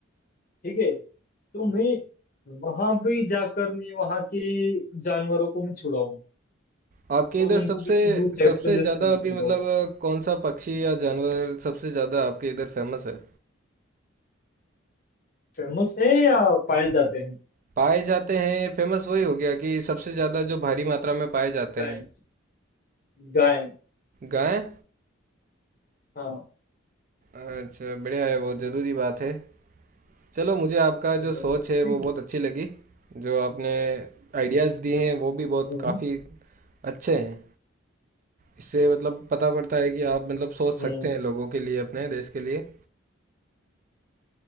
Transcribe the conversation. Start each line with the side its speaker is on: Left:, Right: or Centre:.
Left: ठीक है तो मैं वहां भी जाकर मैं वहां के जानवरों को मैं छुड़ाऊं
Right: आपके इधर
Left: और उनको
Right: सबसे
Left: किसी दूर सेफ्टी
Right: सबसे
Left: लिस्ट
Right: ज्यादा
Left: पे लेके
Right: अभी मतलब
Left: जाऊं
Right: कौन सा पक्षी या जानवर सबसे ज्यादा आपके इधर फेमस है
Left: फेमस है या पाए जाते हैं
Right: पाए जाते हैं फेमस वही हो गया कि सबसे ज्यादा जो भारी मात्रा में पाए जाते
Left: गाय
Right: हैं
Left: गाय
Right: गाय
Left: हाँ
Right: अच्छा बढ़िया है वो जरूरी बात है चलो मुझे आपका
Left: ठीक
Right: जो सोच है वो बहुत
Left: है।
Right: अच्छी लगी जो आपने आइडियाज़ दिए हैं वो भी बहुत
Left: हम्म,
Right: काफ़ी अच्छे हैं इससे मतलब पता पड़ता है कि आप मतलब सोच
Left: हम्म,
Right: सकते हैं लोगों के लिए अपने देश के लिए